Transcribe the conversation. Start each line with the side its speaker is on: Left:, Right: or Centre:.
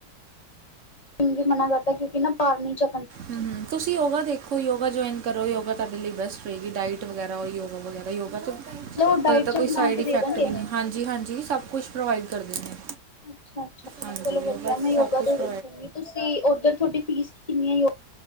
Left: ਮਨੂੰ ਵੀ ਮਨਾ ਕਰਦਾ ਕਿਉਂਕਿ ਨਾ ਪਾਰ ਨਹੀਂ ਚ
Right: ਹਮ ਤੁਸੀਂ ਯੋਗਾ ਦੇਖੋ ਯੋਗਾ ਜੁਆਇਨ ਕਰੋ ਯੋਗਾ ਤੁਹਾਡੇ ਲਈ ਬੈਸਟ ਰਹੇਗੀ ਡਾਇਟ ਵਗੈਰਾ ਯੋਗਾ ਵਗੈਰਾ ਯੋਗਾ
Left: ਲੋ ਡਾਇਟ
Right: ਉਹਦੇ
Left: ਚ
Right: ਕੋਈ ਸਾਈਡ
Left: ਬਣਾ ਕੇ
Right: ਇਫੈਕਟ
Left: ਦੇ ਦਾਂਗੇ।
Right: ਵੀ ਨਹੀਂ ਹਾਂਜੀ ਹਾਂਜੀ ਸਭ ਕੁਛ ਪ੍ਰੋਵਾਈਡ ਕਰਦੇ ਨੇ
Left: ਆ। ਅੱਛਾ ਅੱਛਾ ਅੱਛਾ
Right: ਹਾਂਜੀ
Left: ਚਲੋ ਵਧੀਆ
Right: ਯਗਾ
Left: ਮੈਂ ਯੋਗਾ
Right: ਸਭ ਕੁਛਡ
Left: ਦਾ ਦੇਖੂੰਗੀ ਤੁਸੀਂ ਉੱਧਰ ਤੁਹਾਡੀ ਫੀਸ ਕਿੰਨੀ